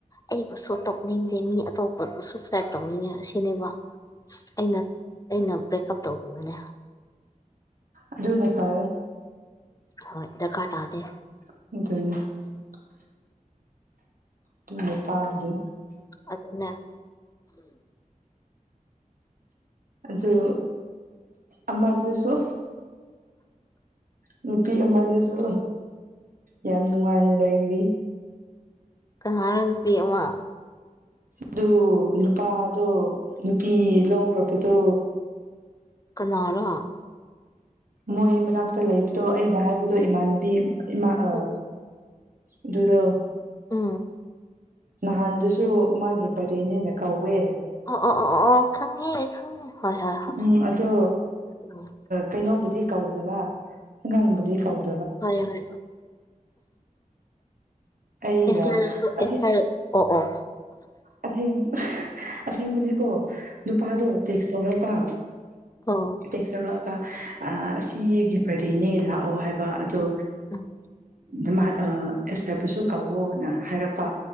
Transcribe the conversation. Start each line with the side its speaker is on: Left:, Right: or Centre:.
Left: ꯑꯩꯕꯨꯁꯨ ꯇꯧꯅꯤꯡꯗꯦ ꯃꯤ ꯑꯇꯣꯞꯄꯕꯨꯁꯨ ꯐ꯭ꯂꯥꯏꯠ ꯇꯧꯅꯤꯡꯉꯦ ꯑꯁꯤ ꯁꯤꯅꯦꯕ ꯑꯩꯅ ꯑꯩꯅ ꯕ꯭ꯔꯦꯛ ꯑꯞ ꯇꯧꯈꯤꯕꯅꯦ
Right: ꯑꯗꯨꯨꯅ ꯐꯔꯦ
Left: ꯍꯣꯏ ꯏꯗꯔ ꯈꯥ ꯇꯗꯦ
Right: ꯎ ꯇ ꯄꯥꯔꯗ
Left: ꯑꯗꯨꯅ
Right: ꯑꯗꯨ ꯑꯃꯗꯨꯁꯨ ꯅꯨꯄꯤ ꯑꯃꯗꯁꯨ ꯌꯥꯝ ꯅꯨꯡꯉꯥꯏꯅ ꯂꯩꯔꯤ
Left: ꯀꯍꯅ ꯅꯨꯄꯤꯤꯃ
Right: ꯑꯗꯨ ꯅꯨꯄꯥꯗꯣ ꯅꯨꯄꯤ ꯂꯧꯈ꯭ꯔꯕꯗꯣ
Left: ꯀꯅꯥꯔꯥ
Right: ꯃꯣꯏ ꯃꯅꯥꯛꯇ ꯂꯩꯕꯗꯣ ꯑꯩꯅ ꯍꯥꯏꯕꯗꯣ ꯏꯃꯥꯟꯅꯕꯤ ꯏꯃꯥ ꯑ
Left: ꯎꯝ
Right: ꯑꯗꯨꯗꯣ
Left: ꯎꯝ
Right: ꯅꯍꯥꯟꯗꯨꯁꯨ ꯃꯥꯒꯤ ꯕꯔꯦꯅꯦꯅ ꯀꯧꯋꯦ
Left: ꯑꯣ ꯑꯣ ꯑꯣ ꯑꯣ ꯑꯣ ꯈꯪꯉꯦ ꯈꯪꯉꯦ ꯍꯣꯏ ꯍꯣꯏ ꯍꯣꯏ
Right: ꯎꯝ ꯑꯗꯣ
Left: ꯎꯝ
Right: ꯀꯩꯅꯣꯕꯨꯗꯤ ꯀꯧꯗꯕ ꯑꯪꯒꯥꯡꯕꯨꯗꯤ ꯀꯧꯗꯕ
Left: ꯍ ꯍ
Right: ꯑꯩꯒ
Left: ꯑꯦꯔꯔ
Right: ꯑꯁꯦꯡ
Left: ꯑꯣ ꯑꯣ
Right: ꯑꯁꯦꯡ ꯑꯁꯦꯡꯕꯨꯗꯤꯀꯣ ꯅꯨꯄꯥꯗꯣ ꯇꯦꯛꯁ ꯇꯧꯔꯄ
Left: ꯑꯣ
Right: ꯇꯦꯛ ꯆꯥꯎꯧꯔꯛꯑꯒ ꯑꯁꯤꯒꯤ ꯕꯥꯔꯗꯦꯅꯦ ꯂꯥꯛꯑꯣ ꯍꯥꯏꯕ ꯑꯗꯣ
Left: ꯎꯝ
Right: ꯎ ꯑꯦꯕꯁꯨ ꯀꯧꯋꯣꯅ ꯍꯥꯏꯔꯛꯄ